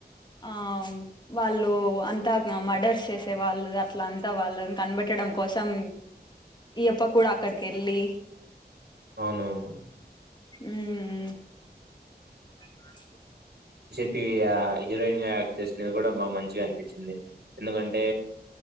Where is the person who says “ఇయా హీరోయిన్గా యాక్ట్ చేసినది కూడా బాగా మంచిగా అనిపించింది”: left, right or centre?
Right